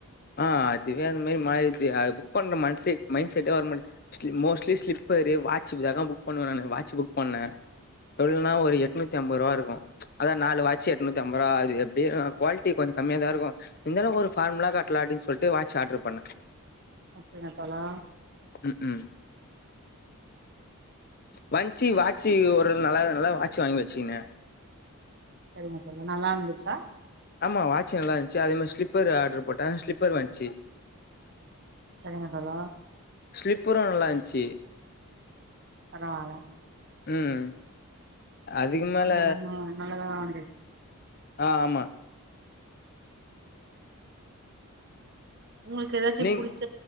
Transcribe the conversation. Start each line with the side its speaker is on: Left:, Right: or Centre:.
Left: ஆ அதுவே அந்த மாரி மாறிருச்சு அது புக் பண்ற மன்சே மைண்ட் செட்டே வர மாட்டிங் ஸ்லி மோஸ்ட்லி ஸ்லிப்பரு, வாட்சு இததா புக் பண்ணுவே நானு வாட்சு புக் பண்ணே இப்ப எப்டினா ஒரு எட்நூத்தி அம்பது ரூவா இருக்கு அதா நாலு வாட்சு எட்நூத்தி அம்பது ருவா அது எப்டி ஆ குவாலிட்டி கொஞ்ச கம்மியாதா இருக்கு இருந்தாலு ஒரு ஃபார்மலா க ட்லா அப்டி சொல்ட்டு வாட்சு ஆர்ட்ரு பண்ணே
Right: ஓகேங்க தோழா
Left: ம் ம் வஞ்ச்சி வாட்சி ஒரு நல்லாதா நல்லா வாட்சி வாங்கி வச்சிக்கினே
Right: சரிம்மா கொஞ்ச நல்லா இருந்துச்சா
Left: ஆமா வாட்ச் நல்லா இருந்ச்சு. அதே மாரி ஸ்லிப்பர் ஆர்ட்ரு போட்டே ஸ்லிப்பர் வஞ்ச்சு.
Right: சரிங்க தோழா.
Left: ஸ்லிப்பரு நல்லா இருந்ச்சி.
Right: பரவால்ல
Left: ம் அதுக்கு மேல
Right: பண்ற நம்ம நல்லதா வாங் <unintelligible>
Left: ஆ ஆமா
Right: உங்களுக்கு எதாச்சு
Left: நீங்
Right: புடிச்ச